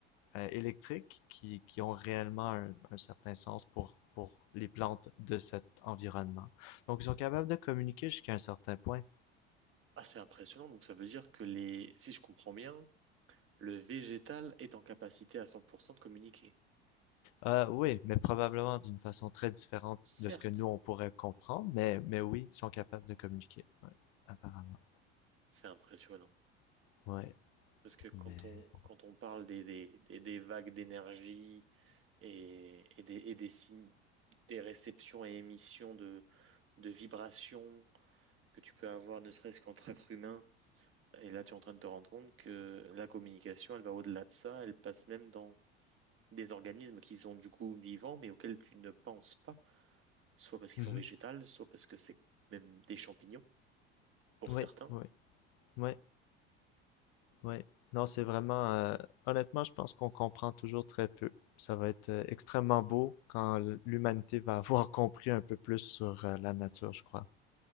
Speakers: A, on the left; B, on the right.
A: euh, électriques qui, qui ont réellement un, un certain sens pour, pour les plantes de cet environnement. Donc, ils sont capables de communiquer jusqu'à un certain point.
B: Ah, c'est impressionnant. Donc, ça veut dire que les, si je comprends bien, le végétal est en capacité à 100% de communiquer.
A: Euh, oui, mais probablement d'une façon très différente
B: Certes,
A: de ce que nous on pourrait comprendre, mais, mais oui, ils sont capables de communiquer, ouais, apparemment.
B: c'est impressionnant.
A: Ouais,
B: Parce que quand
A: mais.
B: on, quand on parle des, des, des, des vagues d'énergie, et, et des, et des signes, des réceptions et émissions de, de vibrations que tu peux avoir, ne serait-ce qu'entre êtres humains. Et là, tu es en train de te rendre compte que la communication, elle va au-delà de ça, elle passe même dans des organismes qui sont du coup vivants, mais auxquels tu ne penses pas, soit parce qu'ils
A: Mhm.
B: sont végétales, soit parce que c'est même des champignons, pour
A: Oui,
B: certains.
A: oui, oui, oui. Non, c'est vraiment. euh, honnêtement, je pense qu'on comprend toujours très peu. Ça va être euh, extrêmement beau quand l'humanité va <laughs> avoir compris un peu plus sur euh, la nature, je crois.